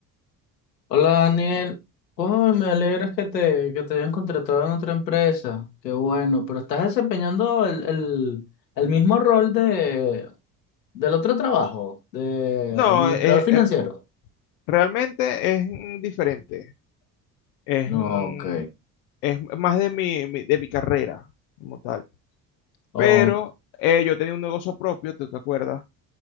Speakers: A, on the left; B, on the left.
A: Hola Daniel, oh, me alegra que te, que te hayan contratado en otra empresa, qué bueno, pero estás desempeñando el, el, el mismo rol de, del otro trabajo, de
B: No,
A: administrador
B: eh,
A: financiero.
B: eh, realmente es mm, diferente, es,
A: No,
B: mm,
A: ok,
B: es más de mi, mi- de mi carrera como tal.
A: o
B: Pero eh, yo tenía un negocio propio, ¿tú te acuerdas?